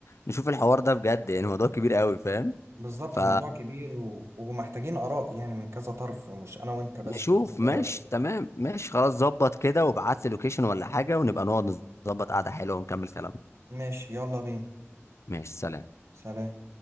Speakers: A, on the left; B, on the right.
A: نشوف الحوار ده بجد يعني موضوع كبير قوي فاهم
B: بالظبط
A: ف
B: الموضوع كبير و... ومحتاجين اراء يعني من كذا طرف مش انا وانت بس
A: نشوف
B: ولا انت
A: ماشي
B: ايه رايك
A: تمام ماشي خلاص ظبط كده وابعت لي لوكيشن ولا حاجة ونبقى نقعد نظبط قعدة حلوة ونكمل كلامنا
B: ماشي يلا بينا
A: ماشي سلام
B: سلام